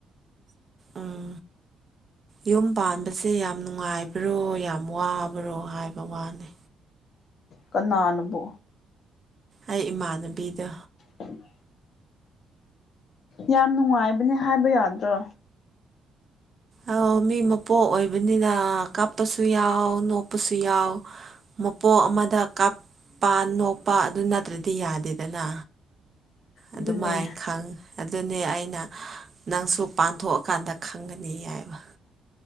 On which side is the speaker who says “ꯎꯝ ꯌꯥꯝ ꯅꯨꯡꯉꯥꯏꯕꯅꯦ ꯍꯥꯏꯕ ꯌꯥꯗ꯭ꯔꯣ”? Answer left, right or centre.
Left